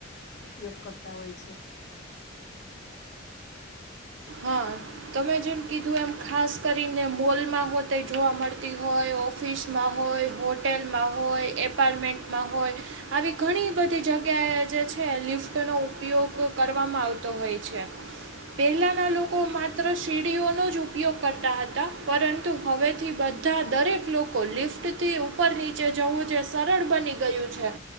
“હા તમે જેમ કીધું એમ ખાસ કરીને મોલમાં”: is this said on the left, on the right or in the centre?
Right